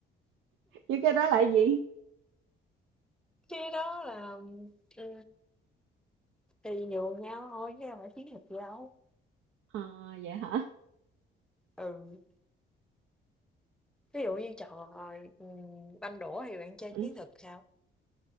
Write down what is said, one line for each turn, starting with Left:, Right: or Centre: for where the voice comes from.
Right: chứ cái đó là gì?
Centre: Cái đó là ừ, thì nhường nhau thôi chứ không phải chiến thuật gì đâu
Right: Ờ, vậy hả?
Centre: ừ ví dụ như trò ừ, banh đũa thì bạn chơi chiến
Right: Ừm,
Centre: thuật sao